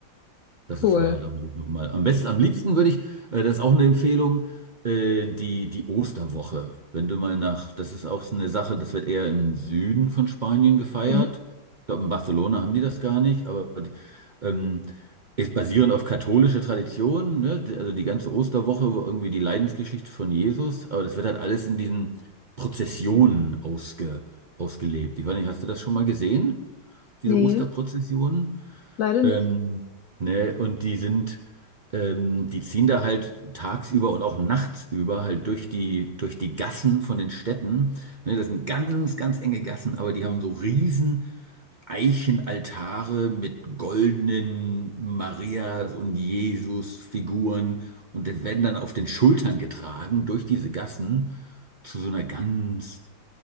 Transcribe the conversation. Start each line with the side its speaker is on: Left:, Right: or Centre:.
Right: Das
Left: Cool.
Right: ist wahr, da muss ich nochmal. Am besten, am liebsten würde ich, äh, das ist auch eine Empfehlung, äh, die, die Osterwoche. Wenn du mal nach, das ist auch so eine Sache, das wird eher im Süden von Spanien gefeiert.
Left: Mhm.
Right: Ich glaube, in Barcelona haben die das gar nicht, aber ähm, ist basierend auf katholische Tradition, ne? Die- Also die ganze Osterwoche war irgendwie die Leidensgeschichte von Jesus, aber das wird halt alles in diesen Prozessionen ausge, ausgelebt. Ich weiß nicht, hast du das schon mal gesehen, diese
Left: Nee,
Right: Osterprozessionen?
Left: leider
Right: Ähm,
Left: nicht.
Right: ne, und die sind, ähm, die ziehen da halt tagsüber und auch nachts über halt durch die, durch die Gassen von den Städten. Ne, das sind ganz, ganz enge Gassen, aber die haben so riesen Eichenaltare mit goldenen Marias und Jesus-Figuren und das werden dann auf den Schultern getragen durch diese Gassen zu so einer ganz